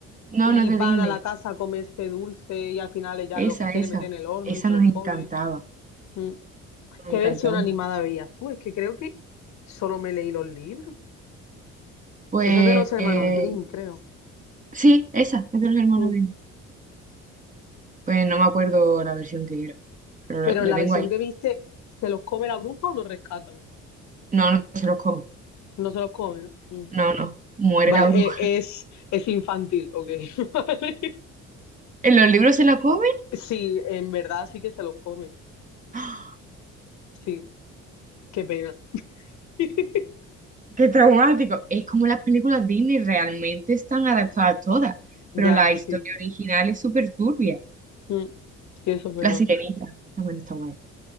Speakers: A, on the right; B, on the left.
A: No,
B: y
A: no es de
B: van
A: Disney.
B: a la casa a comerse dulce y al final ella
A: Esa,
B: los quiere
A: esa.
B: meter en el horno
A: Esa
B: y se
A: nos
B: los
A: encantaba.
B: come. Mm,
A: Nos
B: ¿Qué
A: encantaba
B: versión animada
A: un montón.
B: veías tú? Es que creo que solo me leí los libros.
A: Pues
B: Eso es de los hermanos
A: eh,
B: Grimm, creo.
A: sí, esa, es de los hermanos
B: Mm.
A: Grimm. Pues no me acuerdo la versión que era, pero
B: Pero
A: la, la
B: en la
A: tengo
B: versión
A: ahí.
B: que viste, ¿se los come la bruja o los rescatan?
A: No, no se los come.
B: No se los come, ¿no? Mm.
A: No, no. Muere
B: Vale,
A: la bruja.
B: eh, es, es infantil, ok. <laughs> Vale.
A: <laughs> ¿En los libros se la come?
B: Sí, en verdad sí que se los come.
A: ¡Ah!
B: Sí, qué pena. <laughs>
A: ¡Qué traumático! Es como las películas Disney realmente están adaptadas todas,
B: Ya,
A: pero la
B: sí.
A: historia original es súper turbia.
B: Mm. Sí, eso es verdad.
A: La Sirenita también está guay.